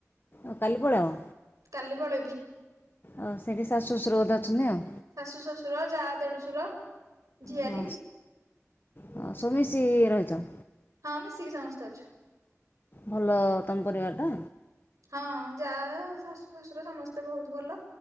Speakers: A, on the left; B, on the right.
A: ଓ କାଲି ପଳେଇବ?
B: କାଲି ପଳେଇବି।
A: ଓ ସେଠି ଶାଶୁ ଶଶୁର ବୋଧେ ଅଛନ୍ତି ଆଉ।
B: ଶାଶୁ ଶ୍ୱଶୁର ଯା ଦେଢଶୁର ଝିଆରୀ
A: ହଁ ହଁ ସବୁ ସମିଶି ରହିଚ?
B: ହଁ ମିଶିକି ସମସ୍ତେ ଅଛୁ।
A: ଭଲ ତମ ପରିବାରଟା?
B: ହଁ ଯା ଶାଶୁ ଶଶୁର ସମସ୍ତେ ବହୁତ୍ ଭଲ